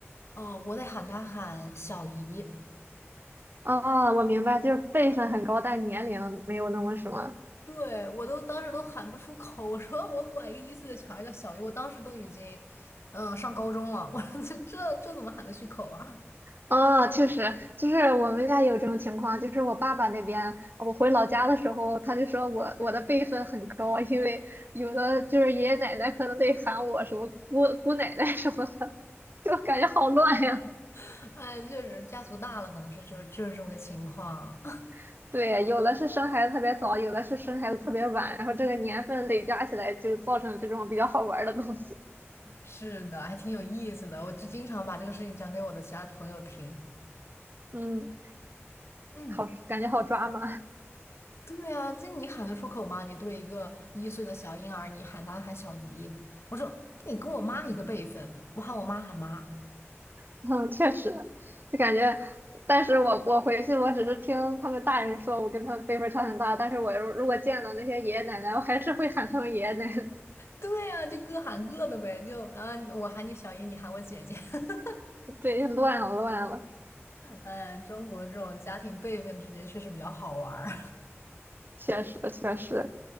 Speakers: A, on the left (about 65°); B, on the right (about 45°).
A: 嗯、我得喊他喊小姨，
B: 哦，我明白，就是辈分很高，但年龄没有那么什么。
A: 对，我都当时都喊不出口，我说我管一个一岁的小孩叫小姨，我当时都已经，嗯、上高中了，我说这这这怎么喊得出口啊？
B: 哦，确实，就是我们家有这种情况，就是我爸爸那边，我回老家的时候，他就说我我的辈分很高啊，因为有的就是爷爷奶奶可能得喊我什么姑姑奶奶 <laughs> 什么的，就感觉好乱呀。
A: <laughs> 哎，确实家族大了，可能是就就是这么个情况。
B: <laughs> 对，有的是生孩子特别早，有的是生孩子特别晚，然后这个年份累加起来就造成这种比较好玩儿的东西。
A: 是的，还挺有意思的。我就经常把这个事情讲给我的其他朋友听。
B: 嗯，
A: 嗯，
B: 好，感觉好抓马。
A: 对啊，这你喊得出口吗？你对一个一岁的小婴儿，你喊他喊小姨，我说你跟我妈一个辈分，我喊我妈喊妈。
B: <laughs> 嗯，确实，就感觉，但是我我回去，我只是听他们大人说，我跟他们辈分差很大，但是我如如果见到那些爷爷奶奶，我还是会喊他们爷爷奶奶。
A: 对啊，就各喊各的呗，就啊，我喊你小姨，你喊我姐姐。<laughs>
B: <laughs> 对，乱了乱了，
A: 嗯，中国这种家庭辈分之间确实比较好玩儿。
B: 确实确实。